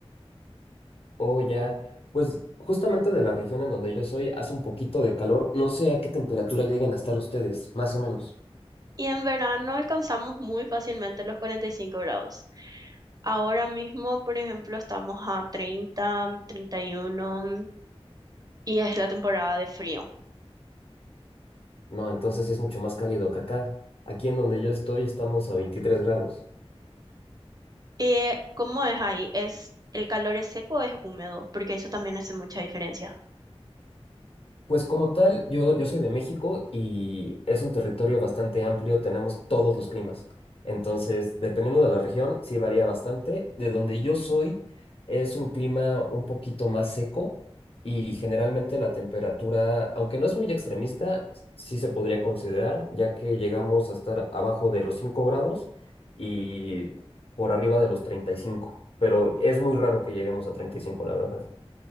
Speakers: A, on the left; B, on the right.
A: Oh, ya. Pues justamente de la región en donde yo soy hace un poquito de calor. No sé a qué temperatura lleguen a estar ustedes, más o menos.
B: Y en verano alcanzamos muy fácilmente los 45 grados. Ahora mismo, por ejemplo, estamos a 30, 31 y uno mm, y es la temporada de frío.
A: No, entonces sí es mucho más cálido que acá. Aquí en donde yo estoy estamos a 23 grados.
B: Eh, ¿cómo es ahí? ¿Es el calor es seco o es húmedo? Porque eso también hace mucha diferencia.
A: Pues como tal, yo, yo soy de México y es un territorio bastante amplio, tenemos todos los climas. Entonces, dependiendo de la región, sí varía bastante. De donde yo soy, es un clima un poquito más seco y generalmente la temperatura, aunque no es muy extremista, sí se podría considerar, ya que llegamos a estar abajo de los 5 grados y por arriba de los treinta y cinco. pero es muy raro que lleguemos a 35, la verdad.